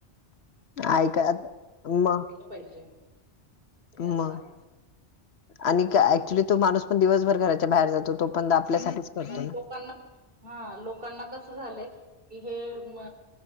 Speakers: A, on the left (about 70°); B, on the right (about 55°).
A: ऐका आ, म?
B: केलं पाहिजे. हे असं
A: म
B: आहेच.
A: आणि का आक्चुली तो माणूस पण दिवसभर घराच्या बाहेर जातो. तो पण आपल्यासाठीच करतो
B: अ,
A: ना.
B: लोकांना, हा. लोकांना कसं झालंय. की हे म